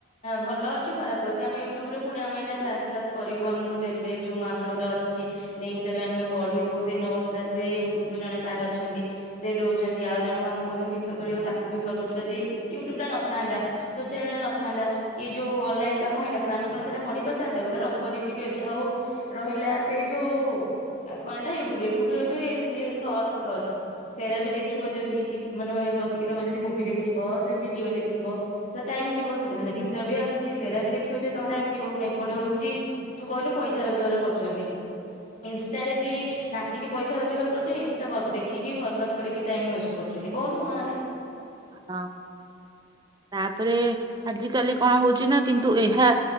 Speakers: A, on the left (about 35°); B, on the right (about 20°).
A: ଭଲ ଅଛି ଖରାପ ଅଛି ଆମେ ୟୁଟ୍ୟୁବରେ ପୁଣି ଆମେ କ୍ଲାସ ଫ୍ଲାସ କରିବୁ ଆମକୁ ଦେବେ ଜୁମ୍ ଆପର ଗୋଟେ ଅଛି ଲିଙ୍କ୍ ଦେବେ ଆମେ ପଢିବୁ ସେ ନୋଟସରା ସେ ୟୁଟୁବରୁ ଜଣେ ସାର୍ ଅଛନ୍ତି ସେ ଦୋଉଚନ୍ତି ଆଉ ଜଣକ ଆମକୁ କୋହୁଚନ୍ତି ପ୍ରିଫର କରିବାକୁ ତାକୁ ବି ପ୍ରିଫର କରୁଚୁ ଯଦି ୟୁଟ୍ୟୁବଟା ନଥାନ୍ତା ସୋସିଆଲ ମିଡିଆ ନଥାନ୍ତା କି ଯୋଉ ଅନଲାଇନ କାମ ହେଇନଥାନ୍ତା ଆମେ କଣ ସେରା ପଢି ପାଇଥାନ୍ତେ ତାକୁ ତାର ଅପୋଜିଟି ବି ଅଛି ଆଉ ରହିଲା ସେଇ ଯୋଉ ଆ କଣଟା ୟୁଟ୍ୟୁବରେ ୟୁଟ୍ୟୁବରେ ବି ଇଏ ସଟସ ଅଛି ସେରା ବି ଦେଖିବ ଯଦି ଟି ମାନେ ବସିକି ତମେ ଯଦି ମୁଭି ଦେ ଦେଖିବ ସେ ଭିଡିଓ ଦେଖିବ ସେ ଟାଇମ ଯିବ ସେଥିରେ ନା ଗୀତ ବି ଆସୁଚି ସେରା ବି ଦେଖିବ ଯଦି ତମ ଟାଇମ ଯିବ ପୁଣି ଏପଟେ ହୋଉଚି ତୁ କହିଲୁ ପଇସା ରୋଜଗାର କରଚନ୍ତି। ଇନଷ୍ଟାରେ ବି ନାଚିକି ପଇସା ରୋଜଗାର କରୁଚଇଁ ଇନଷ୍ଟା ବ ଦେଖିକି ବର୍ବାଦ କରିକି ଟାଇମ ୱେଷ୍ଟ କରୁଚନ୍ତି କହୁନୁ ହଁ ନା ନାଇଁ।
B: ହଁ ତାପରେ ଆଜିକାଲି କଣ ହୋଉଚି ନା କିନ୍ତୁ ଏହା